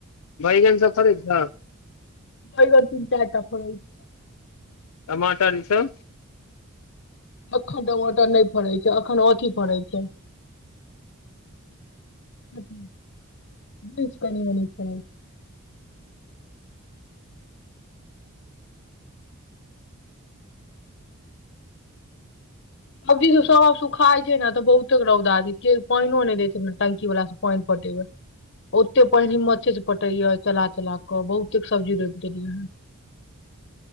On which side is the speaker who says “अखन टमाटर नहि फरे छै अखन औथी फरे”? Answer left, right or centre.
Left